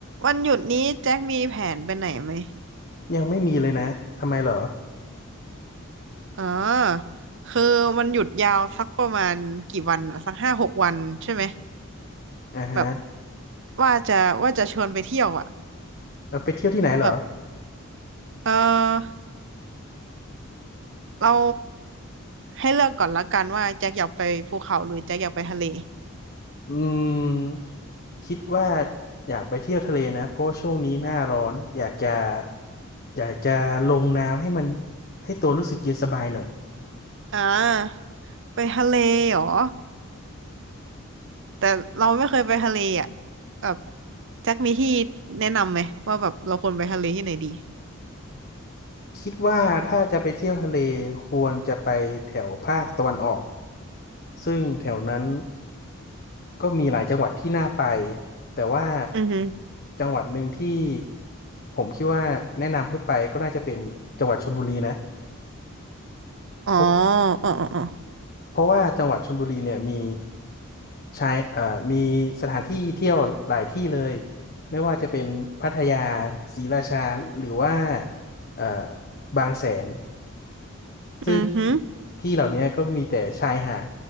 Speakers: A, on the right (about 60°); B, on the left (about 45°).
A: วันหยุดนี้แจ็คมีแผนไปไหนไหม
B: ยังไม่มีเลยนะทำไมเหรอ
A: อ๋อคือมันหยุดยาวสักประมาณกี่วันอะสักห้าหกวันใช่ไหม
B: อ่าฮะ
A: แบบว่าจะว่าจะชวนไปเที่ยวอ่ะ
B: เอาไปเที่ยวที่ไหนเหรอ
A: แบบเออเราให้เลือกก่อนละกันว่าแจ็คอยากไปภูเขาหรือแจ็คอยากไปทะเล
B: อืมคิดว่าอยากไปเที่ยวทะเลนะ เพราะว่าช่วงนี้หน้าร้อน อยากจะอยากจะลงน้ำให้มันให้ตัวรู้สึกเย็นสบายหน่อย
A: อ่าไปทะเลเหรอแต่เราไม่เคยไปทะเลอ่ะแบบแจ็คมีที่แนะนำไหมว่าแบบเราควรไปทะเลที่ไหนดี
B: คิดว่าถ้าจะไปเที่ยวทะเลควรจะไปแถวภาคตะวันออกซึ่งแถวนั้นก็มีหลายจังหวัดที่น่าไป แต่ว่า
A: อือฮึ
B: จังหวัดหนึ่งที่ผมคิดว่าแนะนำให้ไปก็น่าจะเป็นจังหวัดชลบุรีนะ
A: อ๋อ
B: เพราะ
A: อ๋ออ๋ออ๋อ
B: เพราะว่าจังหวัดชลบุรีเนี่ยมีชายเอ่อมีสถานที่เที่ยวหลายที่เลยไม่ว่าจะเป็นพัทยาศรีราชาหรือว่าเอ่อบางแสนซึ่ง
A: อือฮึ
B: ที่เหล่านี้ก็มีแต่ชายหาด